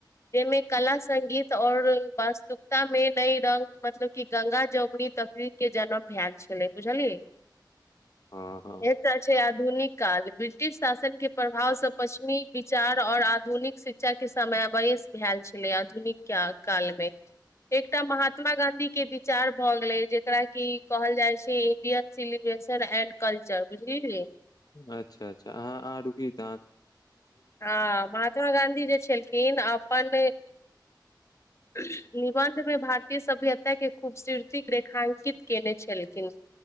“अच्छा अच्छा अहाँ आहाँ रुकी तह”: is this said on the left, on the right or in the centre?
Left